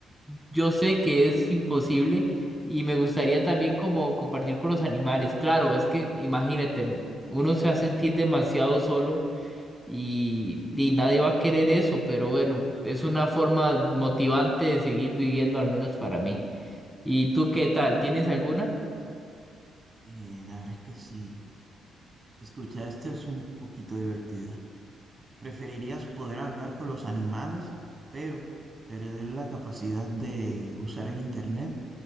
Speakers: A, in the centre; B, on the right.
A: yo sé que es imposible. Y me gustaría también como compartir con los animales. Claro, es que imagínate, uno se va a sentir demasiado solo y, y nadie va a querer eso, pero bueno, es una forma motivante de seguir viviendo, al menos para mí. ¿Y tú qué tal? ¿Tienes alguna?
B: Eh, la verdad es que sí. Escucha, esta es un poquito divertida. ¿Preferirías poder hablar con los animales, pero perder la capacidad de usar el internet